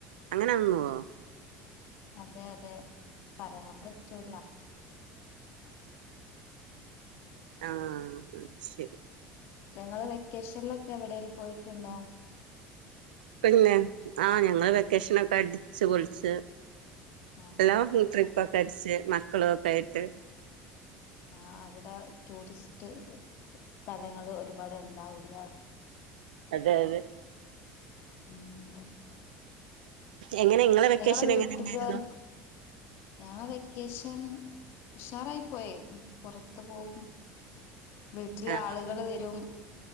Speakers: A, on the right; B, on the left.
A: അങ്ങനെൊന്നോ
B: അതെ അതെ പറയാം വിച്ചൂലാം
A: ആഹ ശരി
B: നിങ്ങള് വെക്കേഷനിലൊക്കെ എവിടെേിലും പോയിട്ടുണ്ടോ
A: പിന്നെ ആഹ ഞങ്ങള്ൾ വെക്കേഷന ഒക്കെ അടിച്ചു പൊളിിച്ചു
B: ആഹ്
A: ലോങ് ട്രിപ്പൊക്കെ
B: അതാ
A: അടിച്ച് മക്കളുംൊക്കെ ആയിട്ട്
B: ആ അവിടെ ടൂറിസ്റ്റ് സ്ഥലങ്ങള്ൾ ഒരുപാട് ഉണ്ടാവില്ല
A: അതത്
B: ഉം
A: എങ്ങനെ ഇങ്ങളെ വെക്കേഷൻ
B: ഞങ്ങളെ വീട്ടു
A: എങ്ങനെ ഉണ്ടായിരുന്നു
B: ജോലി ഞങ്ങളെ വെക്കേഷൻ ഉഷാറായി പോയ പുറത്ത് പോകവും വീട്ടിലെ
A: ആ
B: ആളുകൾ വരും